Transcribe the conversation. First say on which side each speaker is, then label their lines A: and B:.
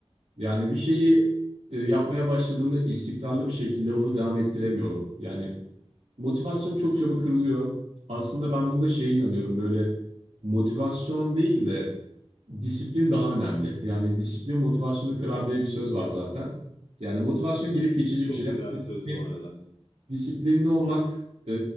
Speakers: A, on the right; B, on the left.
A: Yani bir şeyi e, yapmaya başladığımda istikrarlı bir şekilde onu devam ettiremiyorum. Yani Motivasyonum çok çabuk kırılıyor. Aslında ben bunda şeye inanıyorum böyle motivasyon değil de disiplin daha önemli. Yani disiplin motivasyonu kırar diye bir söz var zaten. Yani motivasyon gelip geçici
B: Çok
A: bir şey
B: güzel
A: ama disiplin,
B: bir söz bu arada.
A: disiplinli olmak e,